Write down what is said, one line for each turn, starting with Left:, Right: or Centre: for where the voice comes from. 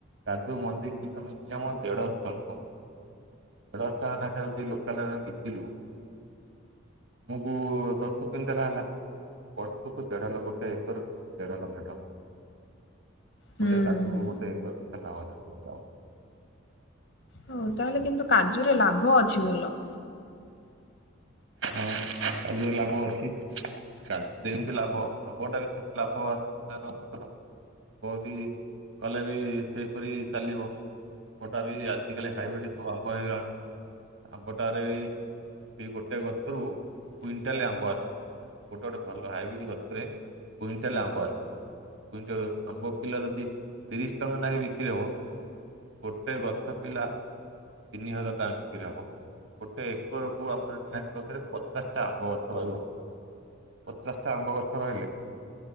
Right: କାଜୁ ମଞ୍ଜି କିଲ ମିନିୟମ ଦେଢ଼ଶହ ଟଙ୍କ୍ <unintelligible> ଯଦି ଲୋକାଲରେ ଆମେ ବିକିଲୁ ମୁକୁ ଦଶ କୁଇଣ୍ଟାଲ ହେଲା। ବର୍ଷକୁ ଦେଢଲ- ଗୋଟେ ଏକର କୁ ଦେଢ ଲକ୍ଷ ଟଙ୍କା।
Left: ହୁଁ
Right: ଗୋଟେ କାଜୁ
Left: ହୁଁ।
Right: ଗୋଟେ ଏକର <unintelligible>
Left: ହଉ ତାହେଲେ କିନ୍ତୁ କାଜୁରେ ଲାଭ ଅଛି ଭଲ।
Right: ହଁ କାଜୁରେ ଲାଭ ଅଛି। କାଜୁ ଯେମିତି ଲାଭ ଆମ୍ବଟା ବି ସେମତି ଲାଭ <unintelligible> ବୋ ବି କଲେ ବି ସେଇପରି ଚାଲିବ। ଆମ୍ବଟା ବି ଆଜିକାଲି ହାଇବ୍ରିଡ୍ ସବୁ ଆମ୍ବ ହେଇଗଲାଣି। ଆମ୍ବଟାରେ ବି ଗୋଟେସେ ଗଛରୁ କୁଇଣ୍ଟାଲ ଆମ୍ବ ଆସ ଗୋଟେ ଗୋଟେ ଭଲ ହାଇବ୍ରିଡ୍ ଗଛରେ କୁଇଣ୍ଟାଲ ଆମ୍ବ ଆସ୍ କୁଇଣ୍ଟାଲ ଆମ୍ବ କିଲୋ ଯଦି ତିରିଶ ଟଙ୍କା ନେଖା ବିକ୍ରି ହବ ଗୋଟେ ଗଛ ପିଲା ତିନି ହଜାର ଟଙ୍କା ବିକ୍ରି ହବ ଗୋଟେ ଏକରକୁ ଆମର ନିହାତି ସବୁଥିରେ ପଚାଶଟା ଆମ୍ବ ଗଛ ରହିବ। ପଚାଶଟା ଆମ୍ବ ଗଛ ରହିଲେ